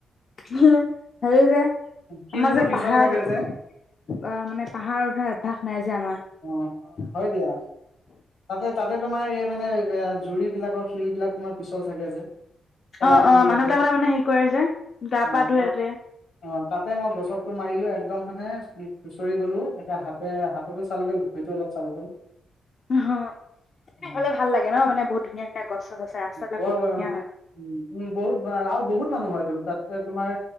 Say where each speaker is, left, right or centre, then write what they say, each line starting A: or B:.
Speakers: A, on the left; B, on the left.
A: উম, হেৰি যে
B: শিলবোৰ
A: আমাৰ যে
B: পিছল
A: পাহাৰত
B: থাকে যে
A: মানে পাহাৰত উঠা অভ্যাস নাই যে আমাৰ।
B: অ হয় দিয়া। তাতে, তাতে তোমাৰ মানে জুৰি বিলাকৰ শিল বিলাক তোমাৰ পিছল থাকে যে। পেলাই
A: অ অ
B: পৰি
A: মানুহ
B: থাকে
A: বিলাকে মানে হেৰি কৰে যে গা
B: অহ,
A: পা ধুৱে
B: তাত
A: তাতে
B: অহ, তাতে মই গছকটো মাৰিলো একদম মানে সুচৰি গ'লো এতিয়া হাতে হাতটো চাল গ'ল ভইটো অলপ চাল গ'ল।
A: অ এনে
B: উম,
A: গলে ভাল লাগে ন মানে বহুত ধুনীয়া ধুনীয়া গছ চছ আছে ৰাস্তাবিলাক
B: বহুত ভাল
A: ধুনীয়া হয়
B: উম, বহুত আৰু বহুত মানুহ হয়তো। তাতে তোমাৰ